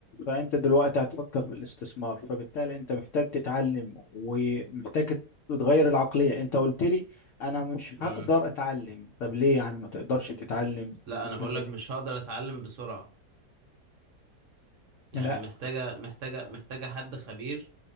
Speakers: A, on the left; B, on the right.
A: فأنت دلوقتي هتفكر في الاستثمار فبالتالي أنت محتاج تتعلم ومحتاج تتغير العقلية أنت قلت لي أنا مش هقدر
B: امم
A: أتعلم طب ليه يعني ما تقدرش تتعلم
B: لا
A: في الحاجة
B: انا بقول لك
A: دي؟
B: مش هقدر اتعلم بسرعة يعني
A: لا
B: محتاجة محتاجة محتاجة حد خبير